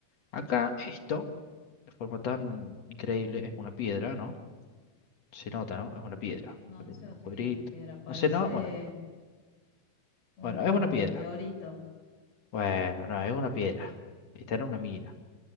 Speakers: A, on the left; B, on the left.
A: Acá esto, de forma tan increíble, es una piedra, ¿no? Se nota, ¿no? Es una piedra.
B: No,
A: Pequeño
B: no se nota
A: agujerito.
B: que es una piedra, parece
A: No sé, no, bueno,
B: un
A: bueno, es una piedra.
B: meteorito,
A: Bueno, no, es una piedra. Está en una mina.